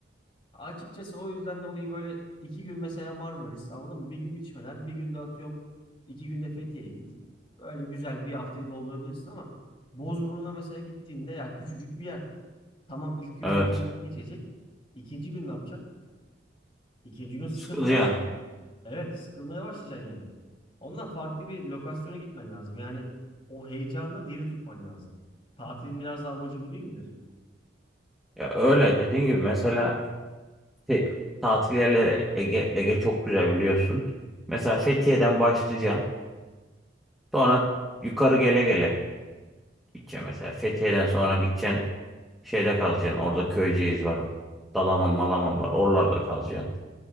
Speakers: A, on the left (about 30°); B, in the centre.
A: Açıkçası o yüzden dolayı böyle iki gün mesela Marmaris anladın mı? Bir gün içmeler, bir günde atıyorum iki günde Fethiye'ye git. Böyle güzel bir haftayı doldurabilirsin ama Bozburun'a mesela gittiğinde ya küçücük bir yer. Tamam ilk gün
B: Evet.
A: mükemmel geçecek. İkinci gün ne yapacaksın? İkinci gün sıkıntı
B: Sıkılacaksın.
A: başlıyor. Evet, sıkılmaya başlayacaksın yani. Ondan farklı bir lokasyona gitmen lazım. Yani o heyecanla diri tutman lazım. Tatilin biraz da amacı bu değil midir?
B: Ya öyle. Dediğin gibi mesela te- tatil yerleri Ege, Ege çok güzel biliyorsun. Mesela Fethiye'den başlayacaksın. Sonra yukarı gele gele gideceksin mesela. Fethiye'den sonra gideceksin şeyde kalacaksın. Orada Köyceğiz var. Dalaman Malaman var. Oralarda kalacaksın.